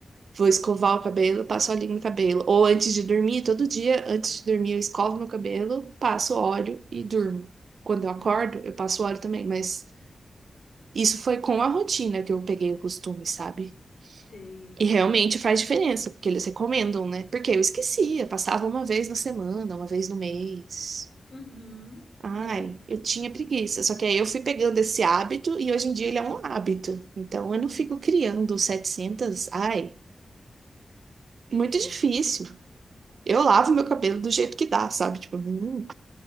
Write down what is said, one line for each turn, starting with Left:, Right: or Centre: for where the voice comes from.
Right: Vou escovar o cabelo, passo óleo no cabelo. Ou antes de dormir, todo dia, antes de dormir, eu escovo meu cabelo, passo óleo e durmo. Quando eu acordo,
Left: uhum.
Right: eu passo óleo também, mas isso foi com a rotina que eu peguei o costume, sabe?
Left: Sei.
Right: E realmente faz diferença, porque eles recomendam, né? Porque eu esquecia, passava uma vez na semana, uma vez no mês.
Left: Uhum.
Right: Ai,
Left: É.
Right: eu tinha preguiça. Só que aí eu fui pegando esse hábito e hoje em dia ele é um hábito. Então
Left: Uhum.
Right: eu não fico criando 700. Ai, muito
Left: É,
Right: difícil. Eu lavo meu cabelo do jeito que dá, sabe? Tipo, não,